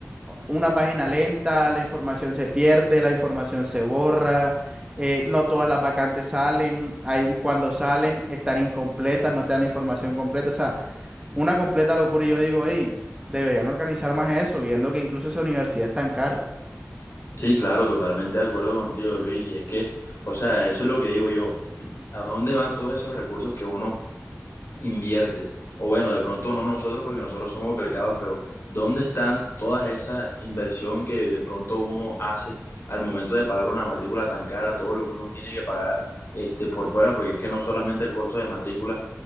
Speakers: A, on the right; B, on the left.
A: una página lenta, la información se pierde, la información se borra, eh, no todas las vacantes salen, hay y cuando salen están incompletas, no te dan la información completa. O sea, una completa locura y yo digo, hey, deberían organizar más eso, viendo que incluso esa universidad es tan cara.
B: Sí, claro, totalmente de acuerdo contigo, Luis. Y es que, o sea, eso es lo que digo yo. ¿A dónde van todos esos recursos que uno invierte? O bueno, de pronto no nosotros porque nosotros somos becados, pero ¿dónde están todas esa inversión que de pronto uno hace al momento de pagar una matrícula tan cara, todo lo que uno tiene que pagar este, por fuera? Porque es que no solamente el costo de matrícula,